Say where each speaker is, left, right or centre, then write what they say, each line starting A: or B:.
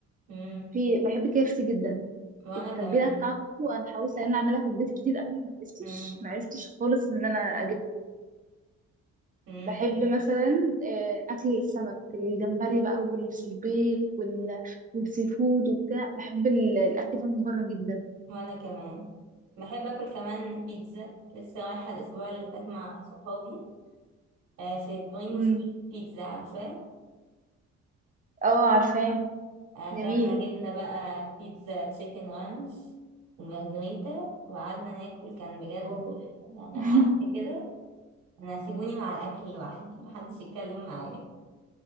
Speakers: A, on the right; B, on the right.
A: مم.
B: في بحب كيفسي جدا
A: وانا
B: التتبيله
A: كمان
B: بتاعته انا حاولت ان انا اعملها في البيت كتير قوي ما عرفتش
A: مم.
B: ما عرفتش خالص ان انا اجيبها
A: مم.
B: بحب مثلا آه، اكل السمك الجمبري بقى والسبيط وال... والسي فود وبتاع بحب ال- الاكل ده من بره جدا
A: وانا كمان بحب اكل كمان بيتزا لسه رايحه الاسبوع اللي فات مع صحابي آه، في بريموس
B: امم
A: بيتزا عارفاه
B: اه عارفاه
A: اكلنا
B: جميل
A: جبنا بقى بيتزا تشيكن رانش ومارجريتا وقعدنا ناكل كان بجد
B: اه
A: تحفة. يعني
B: <laughs>
A: قعدت كده انا سيبوني مع الاكل لوحدي محدش يتكلم معايا